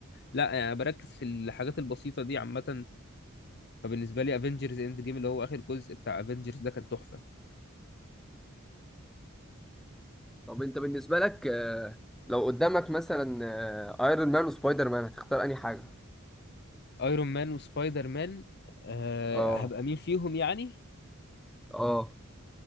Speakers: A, on the left (about 50°); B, in the centre.
A: لا يعني بركز في الحاجات البسيطة دي عامة فبالنسبة لي افنجرز اند جيم اللي هو اخر جزء بتاع افنجرز ده كان تحفة
B: طب انت بالنسبه لك آه، لو قدامك مثلا آه، ايرون مان وسبايدر مان هتختار انهي حاجه
A: ايرون مان وسبايدر مان أه
B: اه
A: هبقى مين فيهم يعني
B: اه